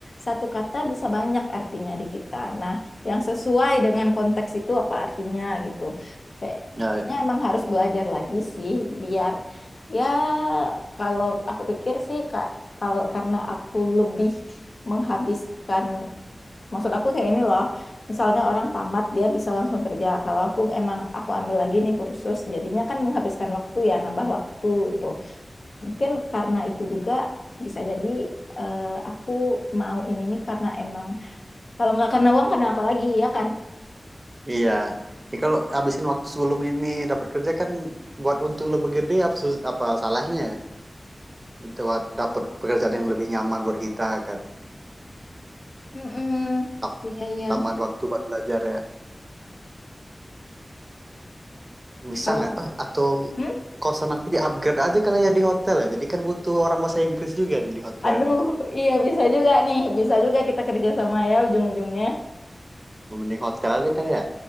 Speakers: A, on the left; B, on the right.
A: satu kata bisa banyak artinya di kita. Nah, yang
B: Hmm.
A: sesuai dengan konteks itu apa artinya gitu. Kayak-
B: Ya,
A: Kayaknya
B: ya.
A: emang harus belajar lagi sih biar ya kalau aku pikir sih Kak, kalau karena aku lebih menghabiskan Maksud aku kayak ini loh, misalnya orang tamat dia bisa langsung kerja. Kalau aku emang aku ambil lagi nih kursus, jadinya kan menghabiskan waktu ya, nambah waktu itu. Mungkin karena itu juga bisa jadi eh, aku mau ini nih karena emang kalau nggak karena uang karena apa lagi ya kan?
B: Iya. Ini kalau habisin waktu sebelum ini dapat kerja kan buat untung lebih gede apa, sus- apa salahnya? buat dapat pekerjaan yang lebih nyaman buat kita kan.
A: Mm-mm.
B: Tam-
A: Iya iya.
B: Tambahan waktu buat belajar ya. Bisa
A: Kalau
B: nggak? Eh, atau
A: hmm?
B: kosan aku di upgrade aja kali ya di hotel ya. Jadi kan butuh orang bahasa Inggris juga nih di hotel
A: Aduh,
B: nih.
A: <laughs> iya bisa juga nih, bisa juga kita kerja sama ya ujung-ujungnya.
B: Mending hotel aja kali ya.